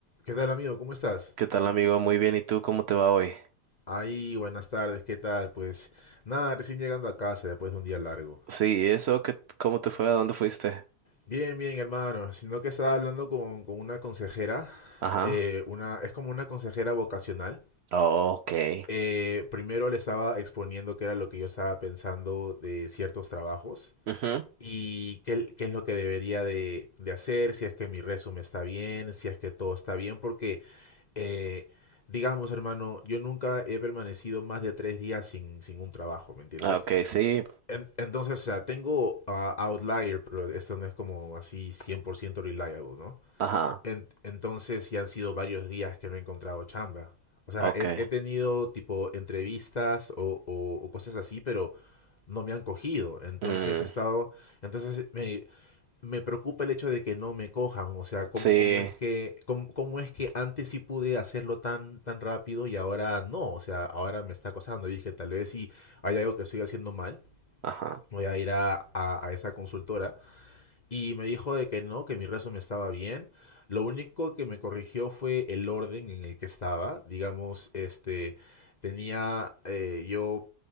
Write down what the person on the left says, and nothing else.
¿Qué tal, amigo? ¿Cómo estás?
Ahí, buenas tardes, ¿qué tal? Pues nada, recién llegando a casa después de un día largo.
Bien, bien, hermano. Sino que estaba hablando con, con una consejera,
eh, una, es como una consejera vocacional.
Eh, primero le estaba exponiendo qué era lo que yo estaba pensando de ciertos trabajos
y qué, qué es lo que debería de, de hacer, si es que mi resumen está bien, si es que todo está bien, porque eh, digamos, hermano, yo nunca he permanecido más de tres días sin, sin un trabajo, ¿me entiendes?
En- entonces, o sea, tengo ah, outlier, pero esto no es como así 100% reliable, ¿no?
En- entonces, ya han sido varios días que no he encontrado chamba. O sea,
he, he tenido tipo entrevistas o, o o cosas así, pero no me han cogido. Entonces
he estado, entonces me, me preocupa el hecho de que no me cojan, o sea, cómo,
cómo es que, cómo, cómo es que antes sí pude hacerlo tan, tan rápido y ahora no, o sea, ahora me está acosando. Dije, tal vez si hay algo que estoy haciendo mal,
voy a ir a, a, a esa consultora y me dijo de que no, que mi resumen estaba bien. Lo único que me corrigió fue el orden en el que estaba. Digamos, este, tenía eh, yo